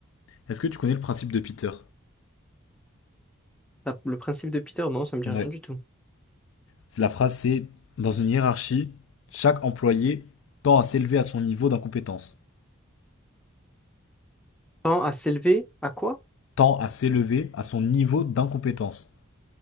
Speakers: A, on the left; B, in the centre.
A: Est-ce que tu connais le principe de Peter?
B: Ça- Le principe de Peter, non, ça me dit
A: Ouais.
B: rien du tout.
A: C'est la phrase, c'est dans une hiérarchie, chaque employé tend à s'élever à son niveau d'incompétence.
B: Tend à s'élever à quoi?
A: Tend à s'élever à son niveau d'incompétence.